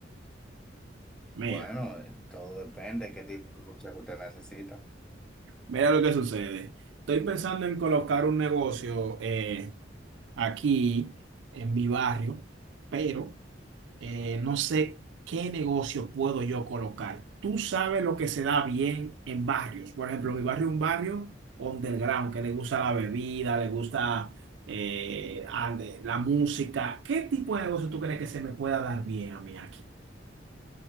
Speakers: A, on the right; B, in the centre.
A: Mira,
B: Bueno, eh, todo depende de qué tipo de consejo usted necesita.
A: mira lo que sucede. Estoy pensando en colocar un negocio eh, aquí en mi barrio, pero eh, no sé qué negocio puedo yo colocar. Tú sabes lo que se da bien en barrios. Por ejemplo, mi barrio es un barrio underground, que le gusta la bebida, le gusta eh, ande- la música. ¿Qué tipo de negocio tú crees que se me pueda dar bien a mí aquí?